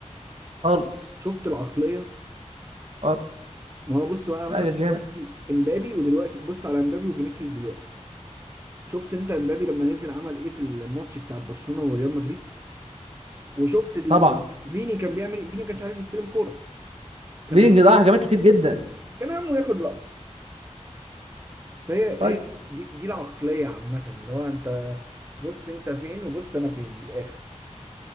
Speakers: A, on the right; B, on the right.
A: خالص
B: شفت العقلية
A: خالص
B: ما هو بص بقى انا
A: لا
B: مثلا
A: ده جامد
B: دلوقتي امبابي ودلوقتي بص على امبابي وفينيسيوس دلوقتي شفت انت امبابي لما نزل عمل ايه في الماتش بتاع برشلونة وريال مدريد وشفت ال...
A: طبعا
B: فيني كان بيعمل ايه فيني ما كانش عارف يستلم كورة كان
A: فينج
B: هم...
A: ضيع هجمات كتير جدا
B: كان همه ياخد لقطة فهي
A: طيب
B: هي دي, دي العقلية عامة اللي هو انت بص انت فين وبص انا فين من الاخر